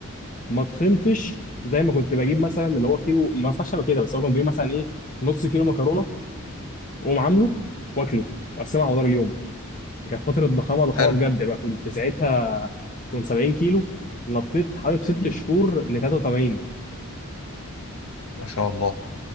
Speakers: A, on the left; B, on the left.
A: ما تخنتش زي ما كنت بجيب مثلا اللي هو كيلو ما ينفعش ابقى كده بس هو كنت بجيب مثلا ايه نص كيلو مكرونه واقوم عامله واكله واقسمه على مدار اليوم دي كانت فتره ضخامه ضخامه
B: حلو
A: بجد بقى كنت ساعتها كنت 70 كيلو نطيت حوالي في ست شهور ل 83
B: ما شاء الله